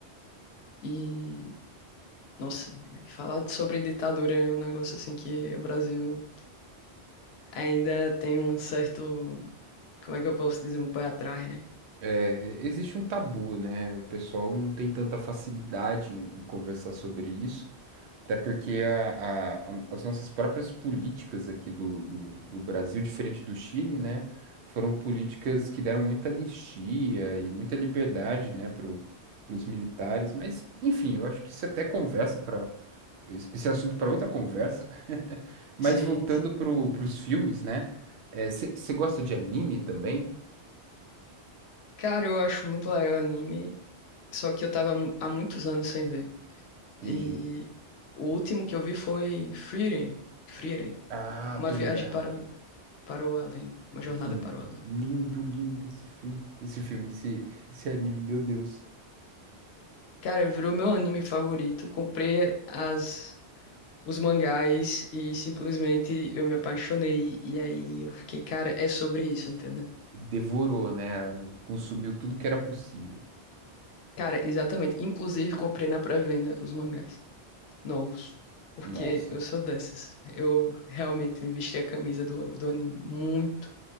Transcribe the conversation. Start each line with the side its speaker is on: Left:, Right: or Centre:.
Left: E, nossa, falar sobre ditadura é um negócio assim que o Brasil ainda tem um certo, como é que eu posso dizer, um pé atrás, né?
Right: É, existe um tabu, né? O pessoal não tem tanta facilidade em, em conversar sobre isso. Até porque a- a- a- as nossas próprias políticas aqui do, do, do Brasil, diferente do Chile, né, foram políticas que deram muita anistia e muita liberdade, né, para os militares. Mas, enfim, eu acho que isso até conversa para esse assunto para outra conversa. <laughs> Mas
Left: Sim,
Right: voltando
Left: sim.
Right: para os filmes, né? Você gosta de anime também?
Left: Cara, eu acho muito legal o anime, só que eu tava mu- há muitos anos sem ver.
Right: Entendi.
Left: E o último que eu vi foi Frieren, Frieren,
Right: Ah,
Left: Uma
Right: tô
Left: Viagem
Right: ligado.
Left: para, o- para o Além, Uma Jornada
Right: Lindo,
Left: para o Além.
Right: lindo, lindo esse filme. Esse filme, esse, <laughs> esse anime, meu Deus.
Left: Cara, virou meu anime favorito, comprei as, os mangás e simplesmente eu me apaixonei. E aí eu fiquei, cara, é sobre isso, entendeu?
Right: devorou, né? Consumiu tudo que era possível.
Left: Cara, exatamente. Inclusive comprei na pré-venda os mangás. novos, porque
Right: Nossa.
Left: eu sou dessas. Eu realmente vesti a camisa do, do anime. Muito